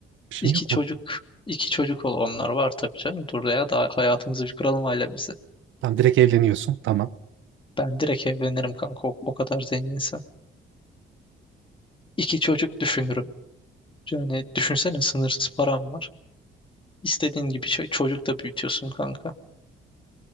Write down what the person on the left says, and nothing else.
İki
çocuk,
iki çocuk ol onlar var tabii canım. Dur ya da hayatımızı bir kuralım ailemizi.
Ben direkt evlenirim kanka o, o kadar zenginsem. İki çocuk düşünürüm. Yani düşünsene sınırsız param var. İstediğin gibi ço- çocuk da büyütüyorsun kanka.